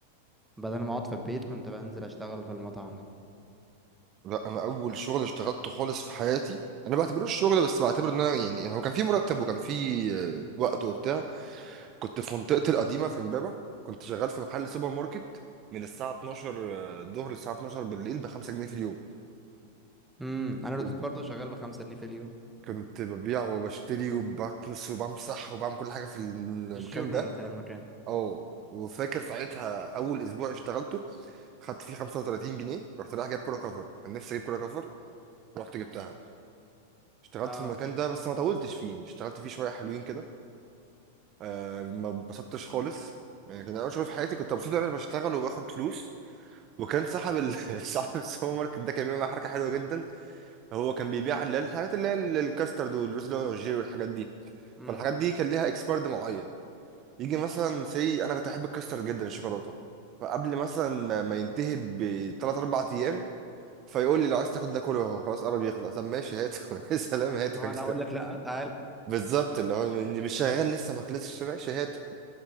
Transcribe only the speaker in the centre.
بدل ما اقعد في البيت كنت بنزل اشتغل في المطعم ده
امم انا
كنت برضه شغال بخمسة جنيه في اليوم
الجوكر
بتاع المكان
اه
امم
هو
انا اقول لك لا تعال